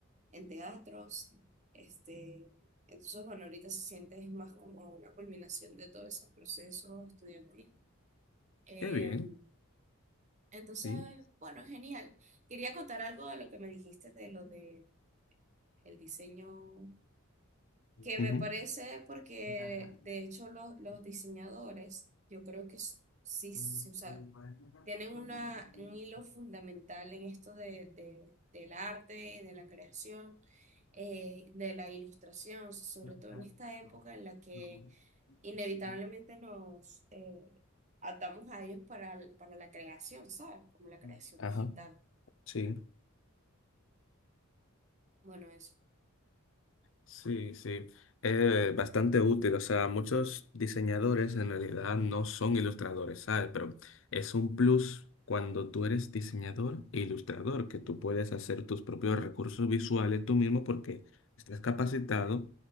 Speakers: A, on the right (about 35°); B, on the left (about 60°).
A: en teatros. Este, entonces, bueno, ahorita se siente es más como una culminación de todos esos procesos estudiantiles, Eh,
B: qué bien,
A: entonces,
B: sí.
A: bueno, genial. Quería contar algo de lo que me dijiste de lo de el diseño, que
B: ujú.
A: me parece porque
B: Ventaja.
A: de hecho los, los
B: ¿no?
A: diseñadores, yo creo que s- sí,
B: Entonces,
A: sí, o sea,
B: como para esa carta
A: tienen
B: son
A: una,
B: dos millones,
A: un hilo
B: no,
A: fundamental en esto de, de- del arte y de la creación eh, de la ilustración, sobre
B: no,
A: todo
B: está-
A: en esta época
B: no,
A: en la que
B: no, bueno, sí,
A: inevitablemente
B: sí, sí,
A: nos eh, atamos a ellos para, para la creación, ¿sabes? Como la creación
B: sí, Ajá,
A: digital.
B: sí.
A: Bueno, eso.
B: Sí, sí. Es bastante útil. O sea, muchos diseñadores en realidad no son ilustradores, ¿sabes? Pero es un plus cuando tú eres diseñador e ilustrador, que tú puedes hacer tus propios recursos visuales tú mismo porque estás capacitado